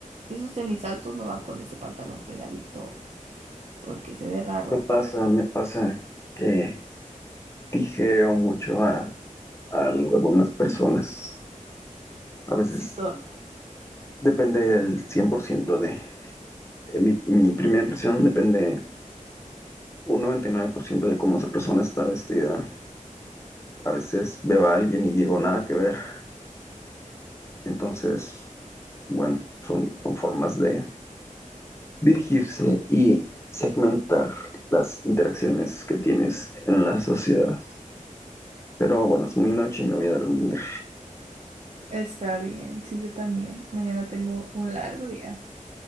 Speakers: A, on the right; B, on the left.
A: esos tenis altos no van con ese pantalón pegadito porque se ve raro.
B: Me pasa, me pasa que tijereo mucho a, a algunas personas. A veces
A: Sí, son.
B: depende del 100% de... eh, mi, mi primera impresión depende un 99% de cómo esa persona está vestida. A veces veo a alguien y digo nada que ver. Entonces, bueno, son, son formas de dirigirse y segmentar las interacciones que tienes en la sociedad. Pero bueno, es muy noche y me voy a dormir.
A: Está bien, sí, yo también. Mañana tengo un largo día.